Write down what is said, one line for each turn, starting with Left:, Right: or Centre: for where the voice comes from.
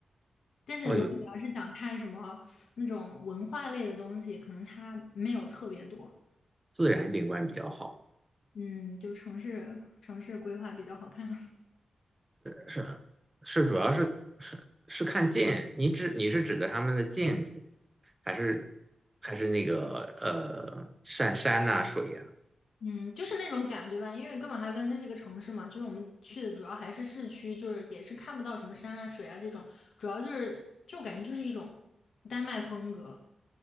Left: 但是如果你要是想看什么那种文化类的东西，
Right: 哦，有
Left: 可能它没有特别多。
Right: 自然景观比较好，
Left: 嗯，就是城市城市规划比较好看。<laughs>
Right: 是是，主要是是是看建，你指你是指的他们的建筑，还是还是那个呃山山呐、水呀、
Left: 嗯，就是那种感觉吧，因为哥本哈根它是一个城市嘛，就是我们去的主要还是市区，就是也是看不到什么山啊、水啊这种，主要就是就感觉就是一种丹麦风格，